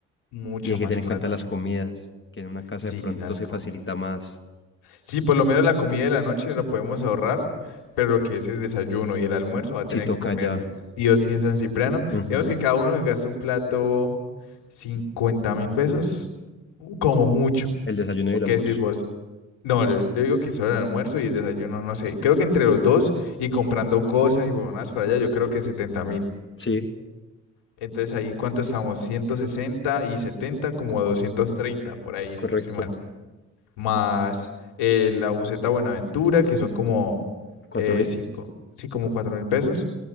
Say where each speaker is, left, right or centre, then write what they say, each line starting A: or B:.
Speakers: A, on the left; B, on the left.
A: mucha
B: Y hay
A: más
B: que tener
A: plata.
B: en cuenta las comidas, que en una casa
A: Sí,
B: de pronto
A: las
B: se
A: comidas.
B: facilita más
A: Sí, por lo menos la comida de la noche no la podemos ahorrar, pero lo que es el desayuno y el almuerzo va a tener
B: si toca
A: que comer
B: allá.
A: sí o sí en San Cipriano.
B: Ujú.
A: Digamos que cada uno que gasta un plato 50 mil pesos, mm, como mucho.
B: El desayuno
A: ¿O
B: y el
A: qué
B: almuerzo.
A: decís vos? No, yo, yo digo que solo el almuerzo y el desayuno, no sé. Creo que entre los dos y comprando cosas y huevonadas para allá, yo creo que 70 mil.
B: Sí,
A: Entonces ahí, ¿cuánto estamos? 160 y 70, como 230 por ahí,
B: correcto.
A: si no estoy mal. más eh, la buseta Buenaventura, que son como
B: ¿Cuatro
A: eh,
B: mil?
A: cinco, sí, como cuatro mil pesos.